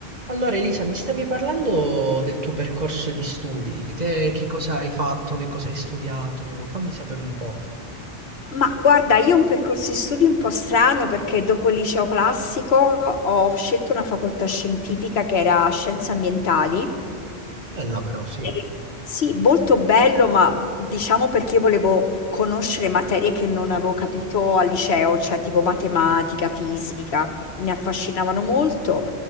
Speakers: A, on the right; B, on the left.
A: Allora Elisa, mi stavi parlando del tuo percorso di studi, te che cosa hai fatto, che cosa hai studiato, fammi sapere un po'.
B: Ma guarda, io ho un percorso di studi un po' strano perché dopo il liceo classico ho scelto una facoltà scientifica che era scienze ambientali.
A: Bella però, sì,
B: E sì, molto bello, ma diciamo perché io volevo conoscere materie che non avevo capito al liceo, cioè tipo matematica, fisica, mi affascinavano molto.